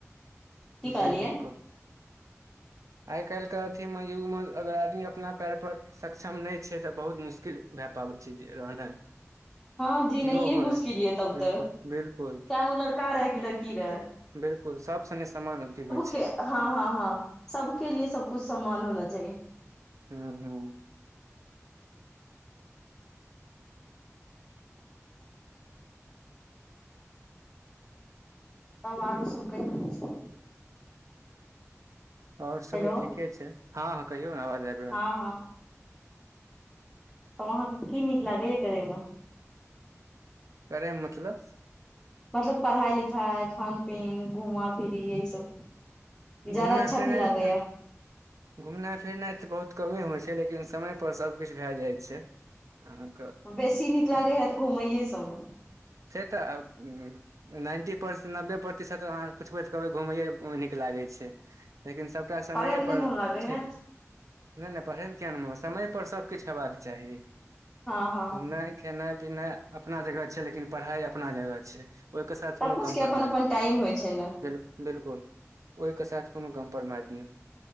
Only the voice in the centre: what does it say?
की कहलियै
हँ जीनैयऽ
मुश्किल यऽ तब
तऽ,
चाहे ओ लड़का रहै कि लड़की रहै।
के हँ- हँ -हँ सब के लि सबकुछ समान होना चाहिये।
तब आरो सब कहियौ।
हेलो
हँ- हँ। तब अहाँके की नीक लागैयऽ करै में।
मतलब पढ़ाइ- लिखाइ, खान -पीन, घुमा- फिरी यही सब। ज्यादा
अच्छा
कि लागैया।
बेसी नीक लागे हैत घुमैये सब में।
पढ़े मे नहि
मोन लागे
है
हँ- हँ।
सब कुछ
के अपन अपन
टाइम होइ छै ने